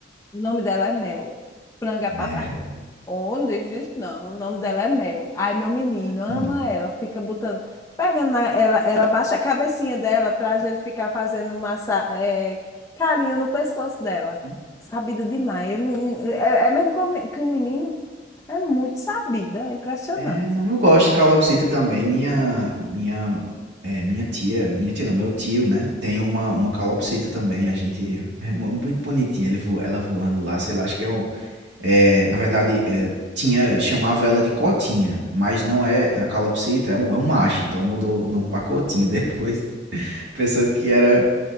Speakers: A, on the left; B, on the right.
A: O nome dela é Mel. Franga
B: Mel.
A: Oh, não diz isso não. O nome dela é Mel. Ai, meu menino ama
B: Hum.
A: ela, fica botando. Pegando na- ela, ela baixa a cabecinha dela pra gente ficar fazendo massa, é, carinho no pescoço dela.
B: Hum.
A: Sabida demais. Eu não- é, é mesmo que o me- que o menino é muito sabida, é impressionante.
B: É, não, eu gosto de calopsita também. Minha, minha, é, minha tia, minha tia não, meu tio, né? Tem uma, uma calopsita também. A gente é mu- muito bonitinha. Ele vo, ela voando lá, sei lá. Acho que é o, é, na verdade, é, tinha chamava ela de cotinha, mas não é a calopsita, é um, é um macho. Então mudou o nome pra cotinho depois, <laughs> pensando que era